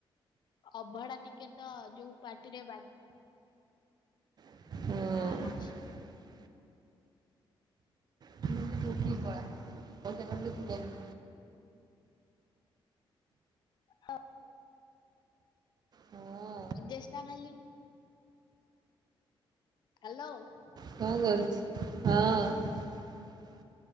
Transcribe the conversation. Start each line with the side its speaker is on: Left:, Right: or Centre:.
Left: ଅଭଡ଼ା ଟିକେ ତ ଯୋଉ ପାଟିରେ
Right: ହଁ।
Left: ଆହା
Right: ତୁ କି କର ପଇସା କାଟିଲ ତ ଯାଇ ନି
Left: ହଁ।
Right: ହଁ
Left: ଜଷ୍ଟା ଖାଲି ହ୍ୟାଲୋ।
Right: କଁ କରଛି ହଁ।